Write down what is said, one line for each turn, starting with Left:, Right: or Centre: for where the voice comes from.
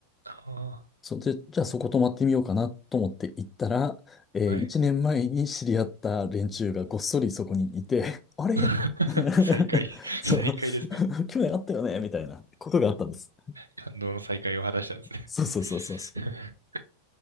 Right: あ
Left: それで、じゃあそこ泊まってみようかなと思って行ったら、えー、
Right: あ、
Left: 1年前に知り合った連中がごっそりそこにいて、
Right: はい。
Left: <laughs> あれ
Right: <laughs>
Left: <laughs>
Right: 再会、
Left: そう、
Right: 再会ですね。
Left: <laughs> 去年あったよねみたいなことがあったんです。
Right: 感動の再会を果たしたんですね。
Left: そうそうそうそうそう。
Right: <laughs>